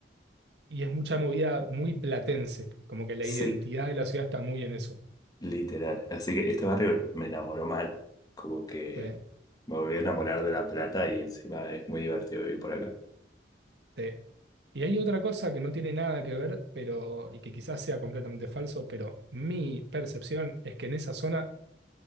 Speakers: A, on the right (about 70°); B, on the left (about 20°).
A: Y es mucha movida muy platense, como que la
B: Sí,
A: identidad de la ciudad está muy en eso.
B: Literal. Así que este barrio me enamoró mal. Como que
A: Sí,
B: me volví a enamorar de La Plata y encima es muy divertido vivir por acá.
A: sí. Y hay otra cosa que no tiene nada que ver, pero, y que quizás sea completamente falso, pero mi percepción es que en esa zona